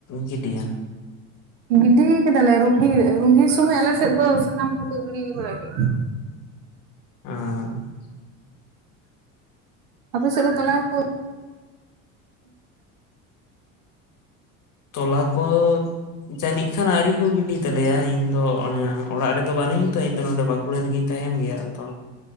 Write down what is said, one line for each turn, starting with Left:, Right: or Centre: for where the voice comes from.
Left: ᱜᱤᱰᱤᱭᱟ᱾
Right: ᱜᱤᱰᱤ ᱠᱮᱫᱟᱞᱮ ᱨᱩᱦᱤ ᱨᱩᱦᱤ ᱥᱚᱢᱚᱭ ᱟᱞᱮ ᱥᱮᱫ ᱫᱚ ᱥᱟᱱᱟᱢ ᱦᱚᱲ ᱠᱚ ᱜᱤᱰᱤ ᱵᱟᱲᱟ <inaudible> ᱠᱮᱜ ᱜᱮᱭᱟ᱾
Left: <unintelligible> ᱟ. ᱾
Right: ᱟᱯᱮ ᱥᱮᱜ ᱫᱚ ᱛᱚᱞᱟᱣ ᱠᱚ-
Left: ᱛᱚᱞᱟ ᱠᱚ- ᱡᱟᱹᱱᱤᱡ ᱠᱷᱟᱱ ᱟᱹᱣᱨᱤ ᱠᱚ ᱜᱤᱰᱤᱭ ᱛᱟᱞᱮᱭᱟ ᱤᱧ ᱫᱚ ᱚᱲᱟᱜ ᱨᱮᱫᱚ ᱵᱟᱹᱱᱩᱧᱟ ᱛᱚ ᱤᱧ ᱱᱚ ᱵᱟᱠᱩ- ᱠᱩᱲᱟᱹ ᱨᱮᱜᱤᱧ ᱛᱟᱦᱮᱱ ᱜᱮᱭᱟ ᱛᱷᱚ᱾